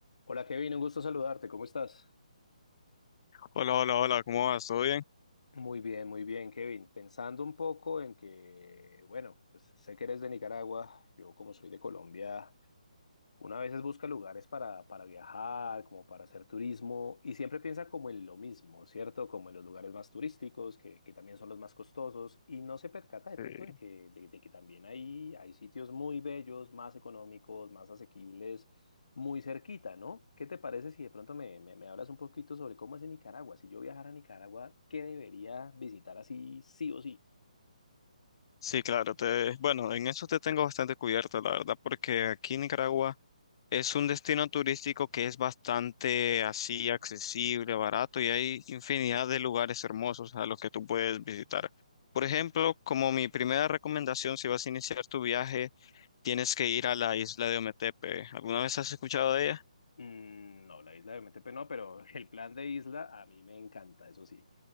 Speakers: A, on the left (about 65°); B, on the left (about 40°).
A: Hola Kevin, un gusto saludarte, ¿cómo estás?
B: Hola, hola, hola, ¿cómo vas? ¿Todo bien?
A: Muy bien, muy bien, Kevin. Pensando un poco en que, bueno, pues sé que eres de Nicaragua, yo como soy de Colombia, Una a veces busca lugares para, para viajar, como para hacer turismo, y siempre piensa como en lo mismo, ¿cierto? Como en los lugares más turísticos, que, que también son los más costosos, y no se percata de
B: Sí,
A: pronto de que, de, de que también hay, hay sitios muy bellos, más económicos, más asequibles, muy cerquita, ¿no? ¿Qué te parece si de pronto me, me, me hablas un poquito sobre cómo es en Nicaragua? Si yo viajara a Nicaragua, ¿qué debería visitar así, sí o sí?
B: Sí, claro, te, bueno, en eso te tengo bastante cubierto, la verdad, porque aquí en Nicaragua es un destino turístico que es bastante así accesible, barato y hay infinidad de lugares hermosos a los que tú puedes visitar. Por ejemplo, como mi primera recomendación, si vas a iniciar tu viaje, tienes que ir a la isla de Ometepe. ¿Alguna vez has escuchado de ella?
A: Mm, No, la isla de Metepe no, pero <laughs> el plan de isla a mí me encanta, eso sí.